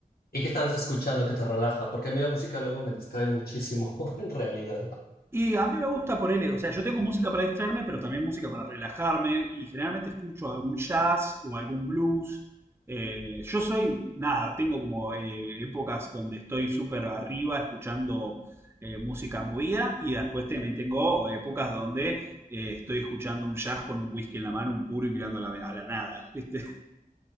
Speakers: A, on the left; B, on the right.
A: ¿Y qué estás escuchando que te relaja? Porque a mí la música luego me distrae muchísimo, <laughs> en realidad.
B: Y a mí me gusta por él, o sea, yo tengo música para distraerme, pero también música para relajarme y generalmente escucho algún jazz o algún blues. Eh, yo soy, nada, tengo como eh, épocas donde estoy súper arriba escuchando eh, música movida y después también tengo épocas donde eh, estoy escuchando un jazz con un whisky en la mano, un puro y mirando a la, a la nada, <laughs> ¿viste?